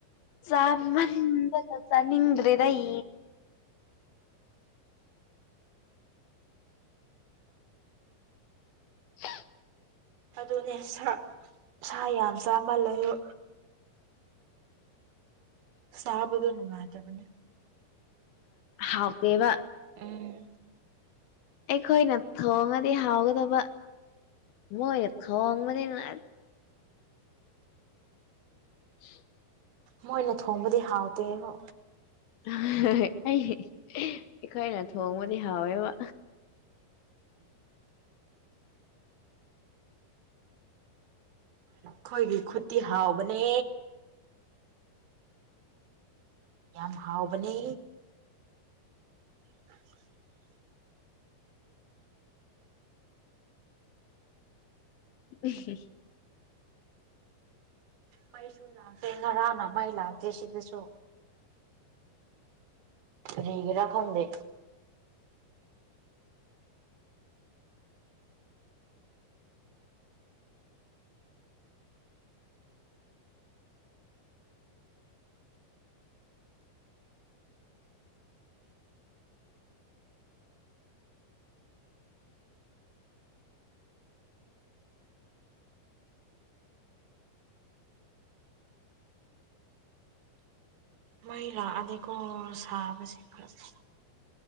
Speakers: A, on the left; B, on the right.
A: ꯆꯃꯗ ꯇ ꯆ ꯅꯤꯡꯗ꯭ꯔꯤꯗꯏ ꯍ
B: ꯑꯗꯨꯅꯦ ꯁꯥ ꯁꯥ ꯌꯥꯝ ꯆꯥꯃꯜ ꯂꯩꯨ ꯁꯥꯕꯗꯣ ꯅꯨꯡꯉꯥꯏ ꯇ ꯃꯅꯤ
A: ꯍꯥꯎꯇꯦꯕ
B: ꯎꯝ
A: ꯑꯩꯈꯣꯏꯅ ꯊꯣꯡꯉꯗꯤ ꯍꯥꯎꯒꯗꯕ ꯃꯣꯏ ꯈꯣꯡ ꯃꯅꯤꯅꯨꯡ <inaudible>
B: ꯃꯣꯏꯅ ꯊꯣꯡꯕꯗꯤ ꯍꯥꯎꯇꯦꯕ
A: ꯑꯩ ꯑꯩꯈꯣꯏꯅ ꯊꯣꯡꯕꯗꯤ ꯍꯥꯎꯋꯦꯕ
B: ꯑꯩꯈꯣꯏꯒꯤ ꯈꯨꯠꯇꯤ ꯍꯥꯎꯕꯅꯦ ꯌꯥꯝ ꯍꯥꯎꯕꯅꯦ <unintelligible>
A: ꯎ
B: ꯃꯩꯁꯨ ꯂꯥꯛꯇꯦ ꯉꯔꯥꯡꯅ ꯃꯩ ꯂꯥꯛꯇꯦ ꯁꯤꯗꯁꯨ ꯐꯔꯤꯒꯔ ꯈꯪꯗ ꯃꯩ ꯂꯥꯛꯑꯗꯤꯀꯣ ꯁꯥꯕꯁꯦ ꯐꯖ